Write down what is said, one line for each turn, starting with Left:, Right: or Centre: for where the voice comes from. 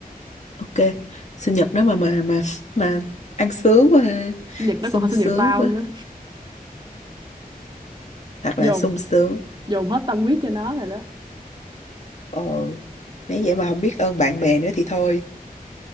Left: Ok, sinh nhật nếu mà mà mà mà ăn sướng quá ha,
Right: sinh nhật nó
Left: sung
Right: còn hơn sinh
Left: sướng
Right: nhật tao
Left: quá,
Right: nữa
Left: thật
Right: dồn
Left: là sung sướng.
Right: dồn hết tâm huyết cho nó rồi đó
Left: Ồ, nếu vậy mà không biết ơn bạn bè nữa thì thôi.